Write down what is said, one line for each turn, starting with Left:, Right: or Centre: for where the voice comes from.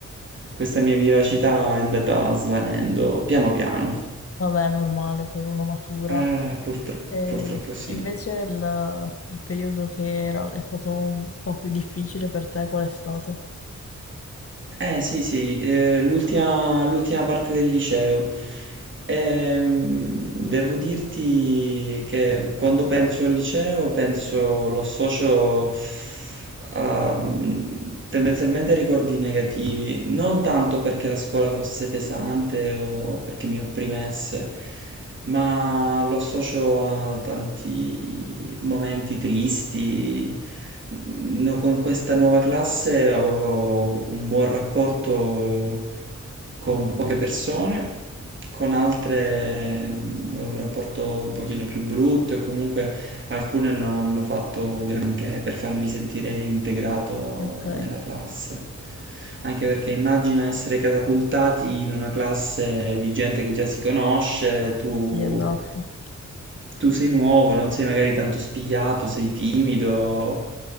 Right: questa mia vivacità è andata svanendo piano piano.
Left: Vabbè, è normale, poi uno matura.
Right: Eh, purtro-
Left: E
Right: purtroppo sì.
Left: invece il, il periodo che era- è stato un po' più difficile per te, qual è stato?
Right: Eh sì sì, eh, l'ultima l'ultima parte del liceo. Ehm, devo dirti che quando penso al liceo penso, lo associo ehm, tendenzialmente ricordi negativi, non tanto perché la scuola fosse pesante o perché mi opprimesse, ma lo associo a tanti momenti tristi. No, con questa nuova classe avevo un buon rapporto con poche persone con altre mm, un rapporto un pochino più brutto e comunque alcune non hanno fatto granché per farmi sentire integrato
Left: Ok,
Right: nella classe. Anche perché immagina essere catapultati in una classe di gente che già si conosce, tu,
Left: sì, esatto,
Right: tu sei nuovo, non sei magari tanto spigliato, sei timido